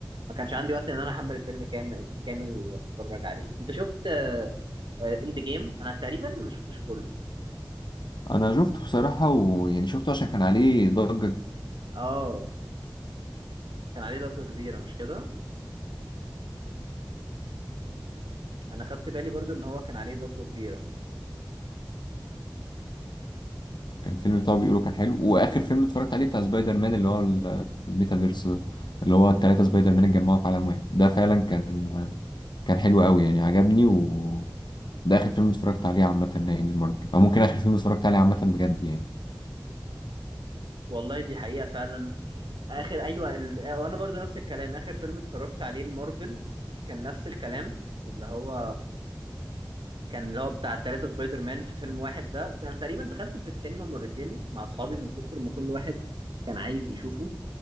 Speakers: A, on the right (about 80°); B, on the left (about 70°).
A: ما كانش عندي وقت إن أنا أحمل الفيلم كامل كامل وأتفرج عليه أنت شفت إند جيم أنا تقريبا ما شفتش كله
B: انا شفته بصراحه ويعني شفته عشان كان عليه ضجه
A: آه كان عليه ضجة كبيرة مش كده أنا خدت بالي برضو إن هو كان عليه ضجة كبيرة
B: كان الفيلم بتاعه بيقولوا كان حلو واخر فيلم اتفرجت عليه بتاع سبايدر مان اللي هو ال- الميتافيرس ده اللي هو التلاتة سبايدر مان اتجمعوا في عالم واحد ده فعلا كان كان حلو قوي يعني عجبني و ده اخر فيلم اتفرجت عليه عامة يعني المارفل او ممكن اخر فيلم اتفرجت عليه عامة بجد يعني
A: والله دي حقيقة فعلا آخر أيوة ال... وأنا برضو نفس الكلام آخر فيلم اتفرجت عليه المارفل كان نفس الكلام اللي هو كان اللي هو بتاع ثلاثة سبايدر مان في فيلم واحد ده انا تقريبا دخلته في السينما مرتين مع اصحابي من كتر ما كل واحد كان عايز يشوفه